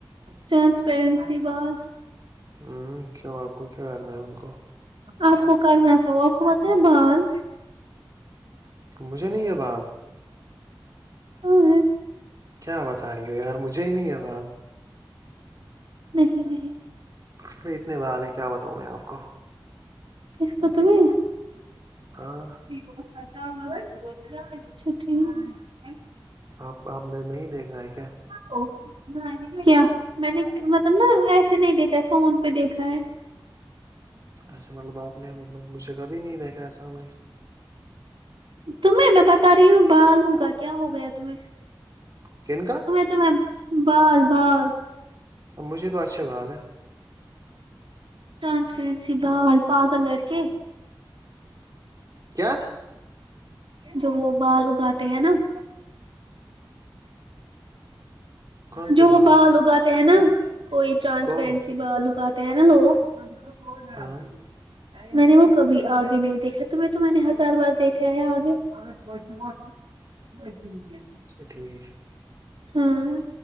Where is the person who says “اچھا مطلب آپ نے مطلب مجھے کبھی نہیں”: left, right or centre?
Right